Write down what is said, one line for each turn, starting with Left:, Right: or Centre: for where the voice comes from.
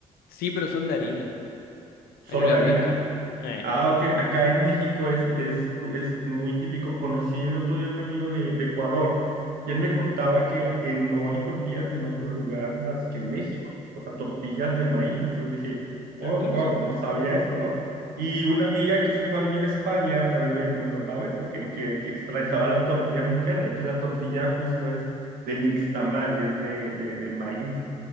Left: Sí, pero son de harina.
Right: solo
Left: Harina
Right: de
Left: blanca.
Right: harina.
Left: Eh.
Right: Ah, ok. Acá en México es, es, cu- es muy típico. Conocí el otro día un amigo de, de Ecuador y él me contaba que eh, no hay tortillas en otro lugar más que en México. O sea, tortillas de maíz. Entonces dije, oh,
Left: Ah, claro,
Right: wow,
Left: sí.
Right: no sabía
Left: Mm,
Right: eso, ¿no? Y una amiga que se fue a vivir a España también me, me contaba eso, que, que, que extrañaba la tortilla mexicana. Aquí la tortilla justo es de nixtamal, es de, de, de maíz.